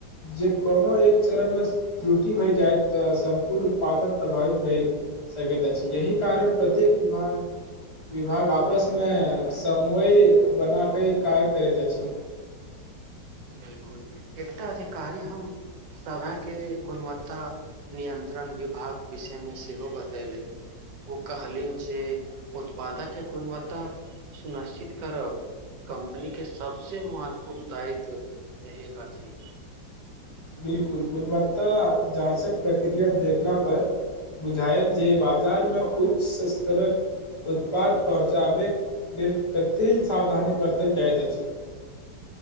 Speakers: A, on the left (about 25°); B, on the right (about 75°).
A: जे कोनो एक चरणमे त्रुटि भय जाय तऽ सम्पूर्ण उत्पादन प्रभावित भए सकैत अछि अही कारण प्रत्येक विभाग विभाग आपस मे सम्वय बना क कार करैत अछि
B: बिलकुल एकटा अधिकारी हम सभके गुणवत्ता नियन्त्रण विभाग विषयमे सेहो बतेलनि ओ कहलनि जे उत्पादकके गुणवत्ता सुनिश्चित करब कम्पनीके सभसँ महत्वपूर्ण दायित्व से एक अछि
A: बिलकुल गुणवत्ता जाँचक प्रक्रिया देखला पर बुझायल जे बाजारमे उच्च स्तरक उत्पाद पहुँचाबै लेल कतेक सावधानी बरतल जाइत अछि